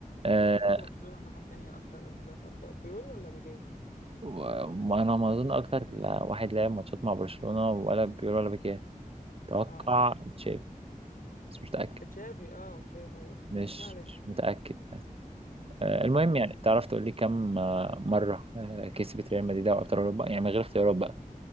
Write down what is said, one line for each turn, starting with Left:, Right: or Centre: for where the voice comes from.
Right: آه،
Left: مين كان في برشلونة الناحية التانية اكتر مدافع ب- بيول ولا بيكيه
Right: وانا ما اظن اكتر لا- واحد لعب ماتشات مع برشلونة ولا بيقول ولا بكيه اتوقع
Left: اه صح
Right: تشافي بس مش متأكد
Left: تشافي اه اوكي ايوه صح
Right: مش
Left: ماشي ما علينا
Right: مش متأكد آه، المهم
Left: ما علينا
Right: يعني
Left: يلا.
Right: تعرف تقول لي كم آه، مرة آه، كسبت ريال مدريد دوري ابطال اوروبا يعني من غير اختيارات بقى